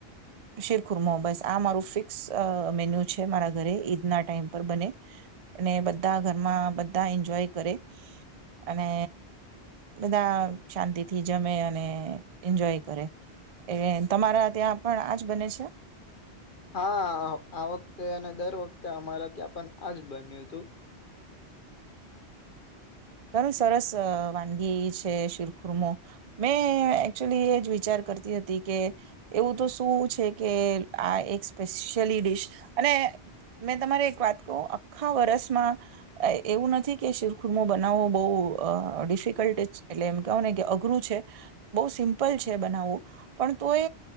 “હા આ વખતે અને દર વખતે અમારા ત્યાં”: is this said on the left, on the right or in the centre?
Left